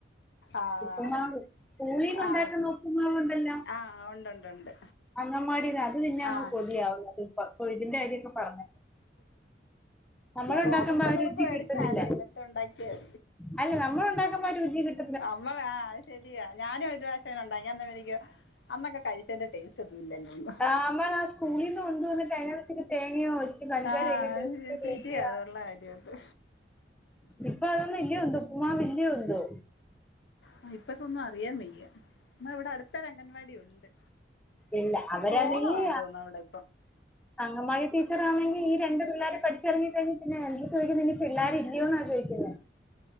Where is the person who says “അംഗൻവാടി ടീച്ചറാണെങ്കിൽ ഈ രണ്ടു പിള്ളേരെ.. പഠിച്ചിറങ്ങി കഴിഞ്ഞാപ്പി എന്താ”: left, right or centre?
Centre